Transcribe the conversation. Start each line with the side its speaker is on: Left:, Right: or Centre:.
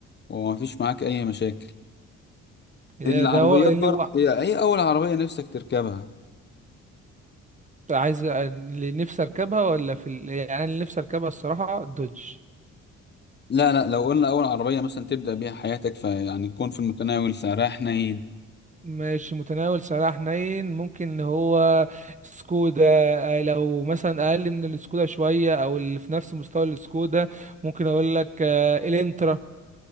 Left: ومفيش معاك اي مشاكل العربيات
Right: ده ده هو اللي
Left: برضه
Right: هو
Left: هي اي اول عربية نفسك تركبها
Right: عايز اللي نفسي اركبها ولا في ال... يعني اللي نفسي اركبها الصراحه دوج
Left: لا لا لو قلنا اول عربية مثلا تبدأ بيها حياتك فيعني تكون في المتناول سعرها حنين
Right: ماشي متناول سعرها حنين ممكن ان هو سكودا آه، لو مثلا اقل من السكودا شويه او اللي في نفس مستوى السكودا ممكن اقول لك آه، الانترا